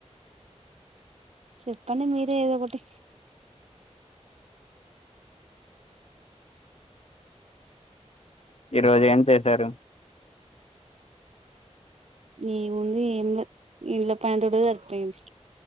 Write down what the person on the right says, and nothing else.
చెప్పండి మీరే ఏదో ఒకటి
ఏముంది ఏం లే ఇంట్ల పని తోటి సరిపోయింది.